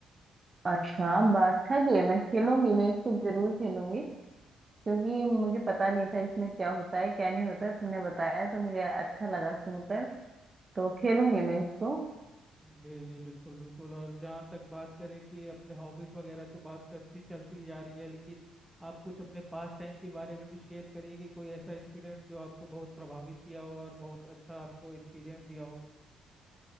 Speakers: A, on the right (about 30°); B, in the centre.
A: अच्छा बा- अच्छा गेम है खेलूंगी मैं इसको जरूर खेलूंगी क्योंकि मुझे पता नहीं था इसमें क्या होता है क्या नहीं होता तुमने बताया तो मुझे अच्छा लगा सुनकर तो खेलूंगी मैं इसको
B: जी जी बिल्कुल बिल्कुल और जहाँ तक बात करें कि अपने हॉबीज वगैरह तो बात करती चलती जा रही है लेकिन आप कुछ अपने पास टाइम के बारे में भी शेयर करिए कि कोई ऐसा इंसिडेंट जो आपको बहुत प्रभावित किया हो और बहुत अच्छा आपको एक्सपीरियंस दिया हो